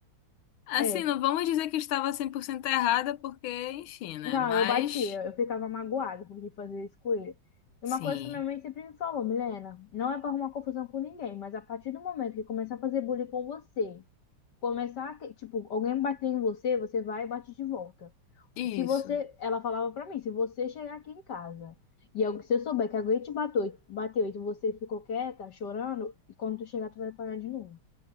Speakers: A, on the left (about 75°); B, on the left (about 55°).
A: Assim,
B: é,
A: não vamos dizer que estava 100% errada, porque, enfim, né?
B: Não,
A: Mas,
B: eu batia, eu ficava magoada porque fazia isso com ele. E
A: sim.
B: Uma coisa que minha mãe sempre me falou, Milena, não é pra arrumar confusão com ninguém, mas a partir do momento que começar a fazer bullying com você, começar, a que- tipo, alguém bater em você, você vai e bate de volta.
A: Isso.
B: Se você, ela falava pra mim, se você chegar aqui em casa e al- se eu souber que alguém te bateu, bateu e você ficou quieta, chorando, e quando tu chegar, tu vai apanhar de novo.